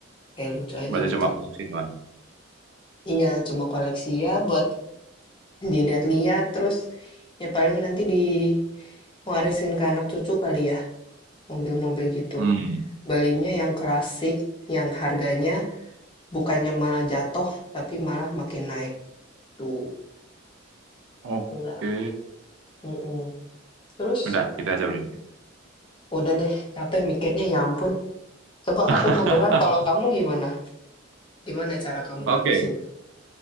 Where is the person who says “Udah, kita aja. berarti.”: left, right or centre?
Right